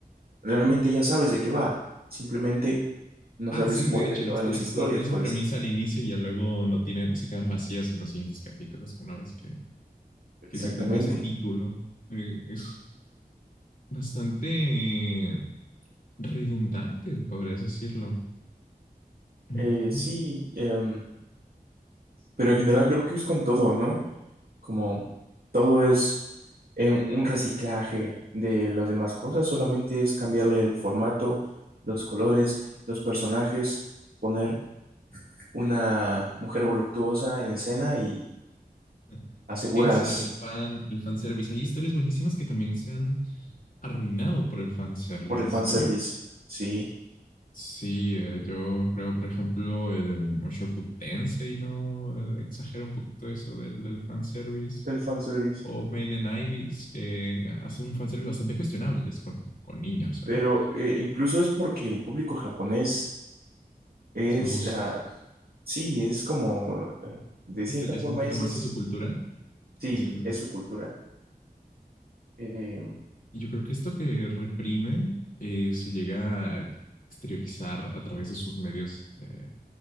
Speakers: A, on the right; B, on the left.
A: realmente ya sabes de qué va. Simplemente No
B: Ah,
A: sabes
B: sí,
A: cuál
B: de hecho,
A: de todas
B: expl-
A: las
B: exploran
A: historias
B: esa
A: puede
B: premisa
A: ser.
B: al inicio y ya luego no tienen, se quedan vacías en los siguientes capítulos una vez que,
A: Exactamente.
B: que se cumple ese título. Eh, es bastante redundante, podrías decirlo. <laughs>
A: Eh, sí, em, pero
B: ¿Cómo
A: en general
B: te digo
A: creo
B: yo?
A: que es con todo, ¿no? Como todo es em, un reciclaje de las demás cosas, solamente es cambiarle el formato, los colores, los personajes, poner una mujer voluptuosa en escena y
B: ¿no?
A: aseguras
B: Eso, el fan, el fanservice. Hay historias buenísimas que también se han arruinado por el fanservice,
A: por el fanservice.
B: ¿no?
A: Sí,
B: Sí, eh, yo creo, por ejemplo, el Mushoku Tensei, ¿no? Eh, Exagera un poquito eso del, del fanservice.
A: el fanservice.
B: o Maiden Ivies, que hace un fanservice bastante cuestionable, que es con, con niños, ¿eh?
A: Pero eh, incluso es porque el público japonés es,
B: Es morboso.
A: ah, Sí, es como, eh, de cierta
B: Esto ya
A: forma,
B: es un poquito
A: eso
B: más
A: es,
B: a su cultura,
A: sí,
B: mencionas.
A: es su cultura. Eh,
B: Y yo creo que esto que reprimen eh, se llega a exteriorizar a través de sus medios eh,